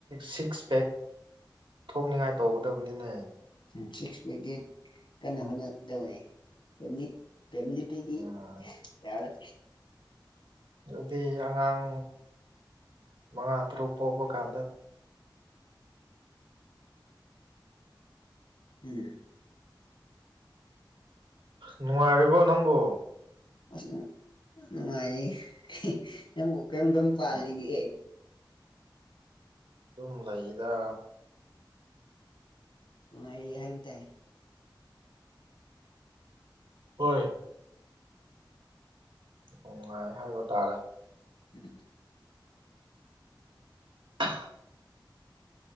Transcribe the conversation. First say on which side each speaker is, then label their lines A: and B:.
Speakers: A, on the right; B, on the left.
A: ꯁꯤꯛꯁ ꯄꯦꯛ ꯊꯣꯛꯅꯤꯡꯉꯥꯏ ꯇꯧꯒꯗꯕꯅꯤꯅꯦ
B: ꯎ ꯁꯤꯛꯁ ꯐꯤꯇꯤ ꯀꯟꯅ ꯍꯣꯠꯅꯗꯧꯅꯦꯅꯤ ꯄꯦꯝꯂꯤꯄꯦꯔꯤ
A: ꯎꯝ
B: ꯌꯥꯔ
A: ꯑꯗꯨꯗꯤ ꯑꯉꯥꯡ ꯃꯉꯥ ꯇꯔꯨꯛ ꯄꯣꯛꯄ ꯀꯥꯟꯗ
B: ꯎꯝ
A: ꯅꯉꯔꯤꯕ ꯅꯪꯕꯨꯣ
B: ꯑꯁ ꯅꯨꯡꯉꯥꯏꯔꯤ ꯅꯪꯕꯨ ꯀꯔꯤꯝꯗꯝ ꯄꯥꯜꯂꯤꯒꯦꯍ
A: ꯎꯝ ꯑꯗꯨꯝ ꯂꯩꯗ
B: ꯑ ꯃꯥꯏ ꯍꯥꯏ ꯇꯥꯏ
A: ꯍꯣꯏ ꯅꯨꯡꯉꯥꯏ ꯍꯥꯏꯕ ꯇꯥꯔꯦ
B: ꯎꯝ
A: <inaudible>